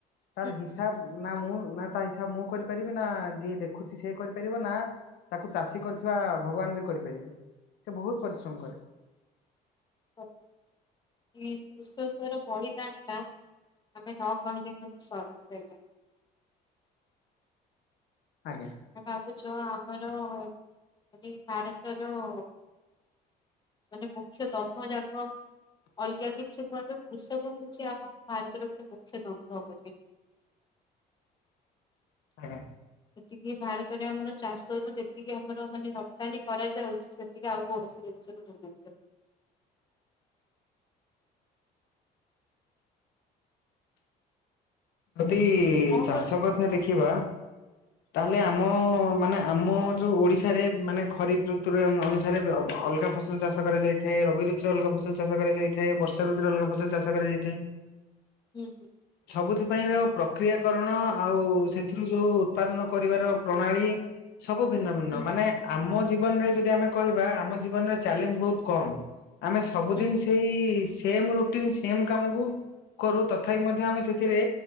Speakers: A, on the left (about 80°); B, on the left (about 25°).
A: ତାର
B: ହୁଁ
A: ହିସାବ ନା ମୁଁ ନା ତାହିସାବ ମୁଁ କରି ପାରିବିନା ଯିଏ ଦେଖୁଛି ସିଏ କରିପାରିବ ନା, ତାକୁ ଚାଷୀ କରିଥିବା ଭଗବାନବି କରିପାରିବେ। ସେବହୁତ ପରିଶ୍ରମ କ
B: ହଁ ଏଇ କୃଷକର ବଳିଦାନଟା ଆମେ ନକହିଲେ ମାନେ ସରିଥାଆନ୍ତା।
A: ଆଜ୍ଞା।
B: ଉଁ ଭାବୁଛ ଆମର ଯଦି ଭାରତର ମାନେ ମୁଖ୍ୟ ଦମ୍ଭଯାକ ଅଲଗା କିଛି କୁହନ୍ତୁ କୃଷକ ହଉଚି ଆମ ଭାରତର ଗୋଟେ ମୁଖ୍ୟ ଦମ୍ଭ ପରି।
A: ଆଜ୍ଞା।
B: ତିକି ଭାରତରେ ଆମର ଚାଷରୁ ଯେତିକି ଆମର ମାନେ ରପ୍ତାନୀ କରାଯାଉଛି ସେ ତିକେ ଆଉ କୌଣସି ଜିନିଷରେ ହଉନଥିବ।
A: ଯଦି
B: ହଁ
A: ଚାଷ
B: କର
A: କଥା ଦେଖିବା। ତାହେଲେ ଆମ ମାନେ ଆମ ଯୋଉ ଓଡିଶାରେ ମାନେ ଖରିପ ଋତୁରେ ଅନୁ ଅନୁସାରେ ବେ ବ ଅଲଗା ଫସ ତୁ ଚାଷ କରାଯାଇଥାଏ ରବି ଋତୁରେ ଅଲଗା ଫସଲ ଚାଷ କରାଯାଇଥାଏ ବର୍ଷା ଋତୁରେ ଅଲଗା ଫସଲ ଚାଷ କରାଯାଇଥାଏ। <inaudible>
B: ହୁଁ ହୁଁ।
A: ସବୁଥି ପାଇଁର ପ୍ରକ୍ରିୟାକରଣ ଆଉ ସେଥିରୁ ଯୋଉ ଉତ୍ପାଦନ କରିବାର ପ୍ରଣାଳୀ। ସବୁ ଭିନ୍ନ-ଭିନ୍ନ
B: ହୁଁ
A: ମାନେ ଆମ ଜୀବନରେ ଯଦି ଆମେ କହିବା ଆମ ଜୀବନରେ ଚ୍ୟାଲେଞ୍ଜ ବହୁତ୍ କମ୍। ଆମେ ସବୁ
B: ହୁଁ
A: ଦିନଶି ହେଇ ସେମ୍ ରୁଟିନ୍ ସେମ୍ କାମକୁ କରୁ ତଥାପି ମଧ୍ୟ ଆମେ ସେଥିରେ